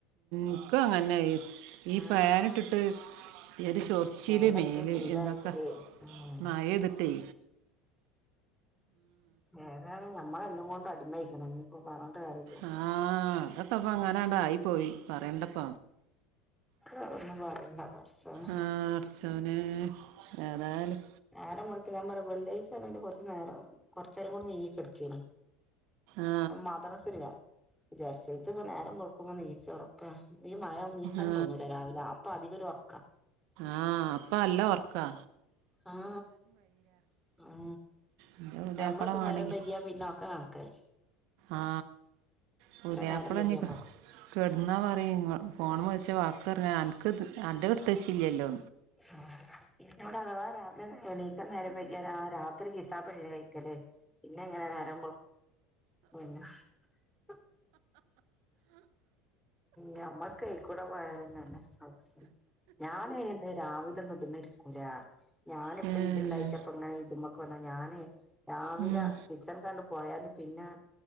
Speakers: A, on the right; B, in the centre.
A: ഒക്കെഅങ്ങനെ ഈ
B: ആഹ്
A: പാനിട്ടിട്ട്. ഒരു ചൊർച്ചിയില്
B: ഫാനിട്ട്
A: മേല്
B: ശീലായിട്ടില്ലേ
A: എന്തൊക്കെ
B: ഉം
A: മയേ തിട്ടേ
B: ഏതായാലും ഞമ്മളെല്ലാം കൊണ്ടും അടിമയിക്കണ് നിപ്പോ പറഞ്ഞണ്ട കാര്യല്ല.
A: ആ അതൊക്കെ അപ്പ അങ്ങനൊണ്ടായി പോയി പറയണ്ടപ്പ
B: ആഹ് ഒന്നും പറയണ്ട പടച്ചോനെ
A: ആ അർച്ചോനെ ഏതായാലും
B: നേരം വളത്ത ഞാൻ പറ വെള്ളാഴ്ച ആണെങ്കിൽ കുറച്ച നേരം കൊറച്ച നേരം കൂടി നീങ്ങ കിടക്കെനി
A: ആ
B: മദ്രസ ഇല്ല. വിചാരിച്ച ഇതിപ്പോ നേരം വെക്കുമ്പോ നീച്ച ഉറപ് ഈ മഴം നീച്ച കൻ
A: ആ
B: തോന്നൂില്ല രാവിലെ അപ്പൊ അധികം ഉറക്കാ.
A: ആ അപ്പ അല്ല ഉർക്കാ.
B: ആഹ അ
A: എൻ്റെ പുതിയാപ്പള
B: നമ്മളത്ര
A: വേണമെങ്കിൽ
B: നേരം വൈകിയ പിന്നെ ഒക്കെ കാണ കയി
A: ആ പുതിയാപ്പളഞ്ഞി
B: നേരം വൈകിയാ മതി
A: കിടന്നാ പറയും ഫോണൊമേ കളിച്ച ചീത്ത പറഞ്ഞ അനക്ക് അന്റെ അടുത്ത് വെച്ചില്ലല്ലോ.
B: ആ ഇന്നോട് അഥവാ രാവിലെ എണീക്കൻ നേരം വെയിക്കി ആ രാത്രി ഇത്താപ്പെ കഴിക്കല്ലേ പിന്നെ ങ്ങനെ നേര വെൾക്കും <unintelligible> ഞമ്മക്കയിക്കൂടെ പോയരുന്നന്നെ അവസ ഞാന് ന്ന് രാവില ന്നും ഇതരിക്കൂല. ഞാനിപ്പ
A: ഏഹ്.
B: ത്ണ്ടായിട്ടപ്പ ഇങ്ങനെ ഇതുമൊക്കെ ഞാന് രാവിലെ
A: ഉം.
B: കിച്ചൺ കണ്ട് പോയാല്. പിന്നെ